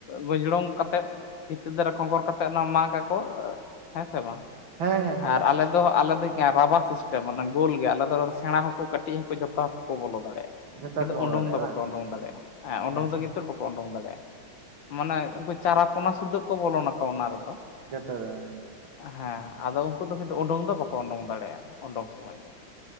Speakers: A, on the left (about 70°); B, on the right (about 75°).
A: ᱜᱚᱡᱽᱲᱚᱝ ᱠᱟᱛᱮᱜ ᱵᱷᱤᱛᱟᱹ ᱫᱟᱨᱮ ᱠᱚᱸᱜᱚᱨ ᱠᱟᱛᱮ ᱚᱱᱟ ᱢᱟᱜᱽ ᱟᱠ ᱦᱮᱸ ᱥᱮ ᱵᱟᱝ
B: ᱦᱮᱸ ᱦᱮᱸ ᱦᱮᱸ
A: ᱟᱨ ᱟᱞᱮ ᱫᱚ ᱟᱞᱮ ᱫᱚ ᱨᱟᱵᱟᱨ ᱥᱤᱥᱴᱮᱢ ᱚᱱᱟ ᱜᱳᱞ ᱜᱮ ᱟᱞᱮ ᱫᱚ ᱥᱮᱬᱟ ᱦᱟᱹᱠᱩ ᱠᱟᱹᱴᱤᱡ ᱦᱟᱹᱠᱩ ᱡᱷᱚᱛᱚ ᱦᱟᱹᱠᱩ ᱠᱚ ᱵᱚᱞᱚ ᱫᱟᱲᱮᱭᱟᱜᱼᱟ ᱾
B: ᱡᱚᱛᱚ
A: ᱠᱤᱱᱛᱩ
B: ᱠᱚ
A: ᱳᱰᱩᱝ
B: ᱵᱟᱲᱟᱭᱟ
A: ᱫᱚ ᱵᱟᱠᱚ
B: ᱵᱟᱝ
A: ᱳᱰᱳᱝ ᱫᱟᱲᱮᱭᱟᱜᱼᱟ ᱦᱮᱸ ᱩᱰᱳᱝ
B: ᱟᱪᱪᱷᱟ
A: ᱫᱚ ᱠᱤᱱᱛᱩ ᱵᱟᱠᱚ ᱩᱰᱳᱝ ᱫᱟᱲᱮᱭᱟᱜᱼᱟ ᱢᱟᱱᱮ ᱩᱱᱠᱩ ᱪᱟᱨᱟᱯᱚᱱᱟ ᱥᱩᱫᱟᱹᱜ ᱠᱚ ᱵᱚᱞᱚᱱᱟ ᱚᱱᱟ ᱨᱮᱫᱚ ᱾
B: ᱴᱤᱠ ᱜᱤᱭᱟ ᱛᱚᱵᱮ ᱦᱭ ᱦᱭ ᱾
A: ᱦᱮᱸ ᱟᱫᱚ ᱩᱱᱠᱩ ᱫᱚ ᱠᱤᱱᱛᱩ ᱩᱰᱩᱝ ᱫᱚ ᱵᱟᱠᱚ ᱩᱰᱩᱝ ᱫᱟᱲᱮᱭᱟᱜᱼᱟ ᱩᱰᱩᱝ ᱥᱚᱢᱚᱭ ᱫᱚ᱾